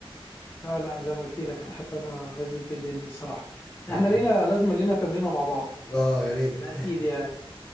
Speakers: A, on the left (about 20°); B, in the centre.
A: لا لا زي ما قلت لك انا احب انا انزل بالليل دي الصراحه
B: <laughs> ايوه
A: احنا لينا لازم لينا تمرينه مع بعض
B: اه يا ريت
A: ده اكيد يعني